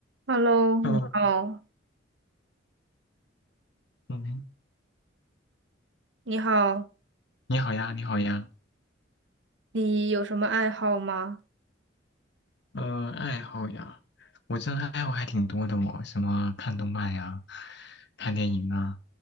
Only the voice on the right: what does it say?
Hello，你好，
你好，
你有什么爱好吗？